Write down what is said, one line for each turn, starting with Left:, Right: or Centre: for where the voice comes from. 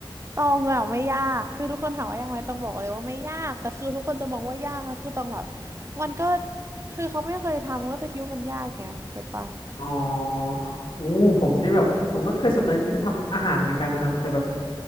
Right: ตองอะไม่ยากคือทุกคนถามว่ายากไหมตองบอกเลยว่าไม่ยากแต่คือทุกคนจะมองว่ายากแล้วคือตองแบบมันก็คือเขาไม่เคยทำก็จะคิดว่ามันยากไงเก็ตปะ
Left: อ๋อโอ้ผมนี่แบบผมก็เคยสนใจที่จะทำอาหารเหมือนกันนะครับแต่แบบ